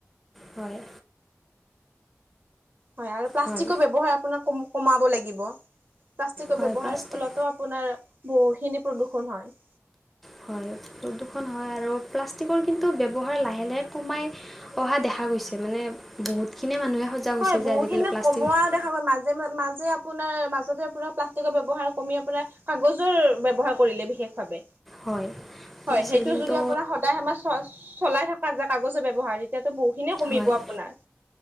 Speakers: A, in the centre; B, on the right (about 45°).
A: হয়
B: হয় আৰু প্লাষ্টিকৰ
A: হয়
B: ব্যৱহাৰ কমাব লাগিব প্লাষ্টিকৰ
A: হয়
B: ব্যৱহাৰৰ
A: প্লাষ্টিক
B: ফলতো আপোনাৰ বহুখিনি প্ৰদূষণ হয়
A: হয় প্ৰদূষণ হয় আৰু প্লাষ্টিকৰ কিন্তু ব্যৱহাৰ লাহে লাহে কমাই অহা দেখা গৈছে মানে বহুত খিনি মানুহে সজাগ
B: হয়
A: হৈছে
B: বহুখিনি
A: যে আজিকালি প্লাষ্টিক
B: কমোৱা দেখা মাজে মাজে আপোনাৰ মাজতে আপোনাৰ প্লাষ্টিকৰ ব্যৱহাৰ কমি আপোনাৰ কাগজৰ ব্যৱহাৰ কৰিলে বিশেষভাৱে।
A: হয় কৰিছিল
B: হয় সেইটো
A: কিন্তু
B: যদি আপোনাৰ সদায় আমাচ চ চলাই থকা যে কাগজৰ ব্যৱহাৰ এতিয়াতো বহুখিনিয়ে কমিব
A: হয়
B: আপোনাৰ।